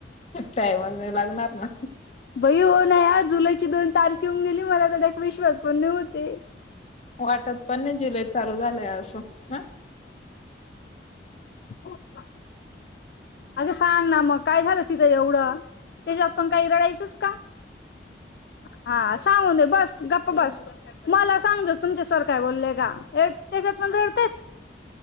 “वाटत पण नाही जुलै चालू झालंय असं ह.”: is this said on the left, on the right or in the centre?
Left